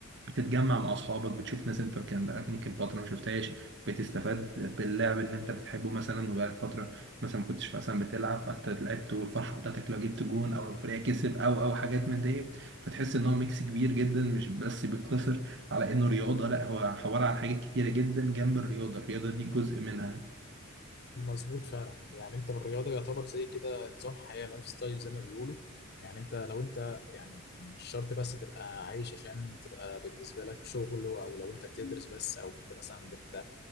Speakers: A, on the right (about 55°); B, on the left (about 50°).
A: بتتجمع مع اصحابك بتشوف ناس انت كان بقالك ممكن فتره ما شفتهاش بتستفاد باللعب ان انت بتحبه مثلا وبقالك فتره مثلا ما كنتش مثلا بتلعب فانت لعبت والفرحه بتاعتك لو جبت جون او لو فريقك كسب او او حاجات من دي فتحس ان هو ميكس كبير جدا مش بس بيقتصر على انه رياضه لا هو عباره عن حاجات كتيره جدا جنب الرياضه الرياضه دي جزء منها
B: مظبوط فعلا يعني انت بالرياضه يعتبر زي كده نظام حياه لايف ستايل زي ما بيقولوا يعني انت لو انت يعني مش شرط بس تبقى عايش عشان تبقى بالنسبه لك شغل او لو انت بتدرس بس او انت مثلا بت